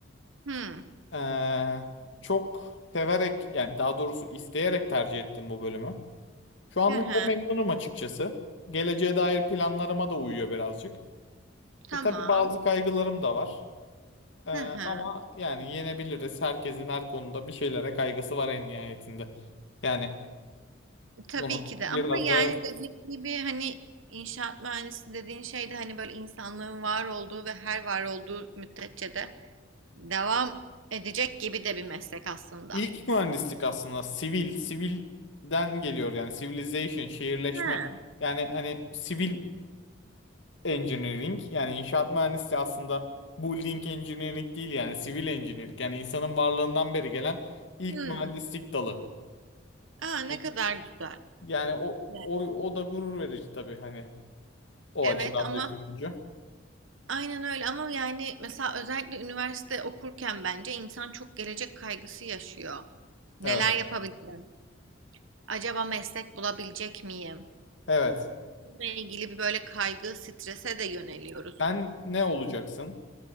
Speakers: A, on the right; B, on the left.
A: Hı.
B: Ee, çok severek yani daha doğrusu isteyerek tercih ettim bu bölümü. Şu anlık
A: Hı hı.
B: da memnunum açıkçası. Geleceğe dair planlarıma da uyuyor birazcık.
A: Tamam.
B: E tabii bazı kaygılarım da var. Ee,
A: Hı hı.
B: ama yani yenebiliriz. Herkesin her konuda bir şeylere kaygısı var en nihayetinde. Yani
A: Tabii
B: bunu
A: ki de
B: biraz
A: ama yani
B: da
A: dediğim gibi hani inşaat mühendisi dediğin şey de hani böyle insanlığın var olduğu ve her var olduğu müddetçe de devam edecek gibi de bir meslek aslında.
B: ilk mühendislik aslında sivil, sivilden geliyor yani civilization, şehirleşme.
A: Ha.
B: Yani hani sivil engineering yani inşaat mühendisliği aslında building engineering değil yani sivil engineering yani insanın varlığından beri gelen ilk
A: Hmm.
B: mühendislik dalı.
A: Aa, ne
B: Yani,
A: kadar güzel.
B: yani o,
A: Evet
B: o o da gurur verici tabii hani o
A: Evet
B: açıdan
A: ama
B: düşününce.
A: aynen öyle ama yani mesela özellikle üniversite okurken bence insan çok gelecek kaygısı yaşıyor. Neler
B: Evet.
A: yapabilirim? Acaba meslek bulabilecek miyim?
B: Evet.
A: Bununla ilgili bir böyle kaygı, strese de yöneliyoruz.
B: Sen ne olacaksın?